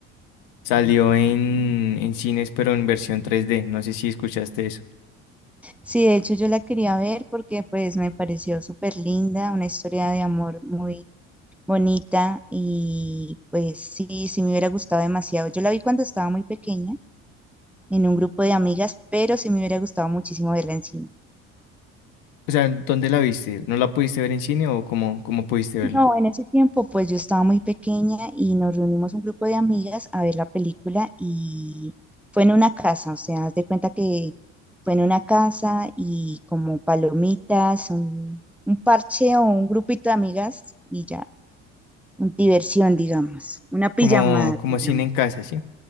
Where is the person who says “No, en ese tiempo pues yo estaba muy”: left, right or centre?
Centre